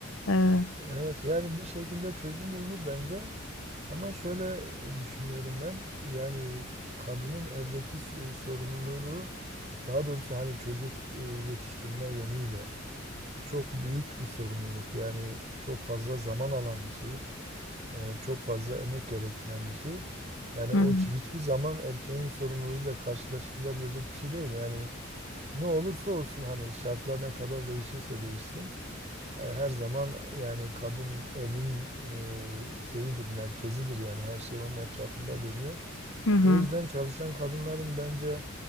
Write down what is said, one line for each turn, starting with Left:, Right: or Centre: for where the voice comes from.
Left: Eee,
Right: Evet yani bir şekilde çözüm bulunur bence. Ama şöyle e, düşünüyorum ben. Yani kadının evdeki s- e, sorumluluğu daha doğrusu hani çocuk e, yetiştirme yönüyle çok büyük bir sorumluluk. Yani çok fazla zaman alan bir şey. e, çok fazla emek gerektiren bir şey. Yani
Left: hı
Right: o
Left: hı.
Right: ç- hiçbir zaman erkeğin sorumluluğuyla karşılaştırılabilecek bir şey değil. Yani ne olursa olsun hani şartlar ne kadar değişirse değişsin. e, Her zaman yani kadın evin e, şeyidir, merkezidir yani her şey onun etrafında dönüyor.
Left: Hı hı.
Right: O yüzden çalışan kadınların bence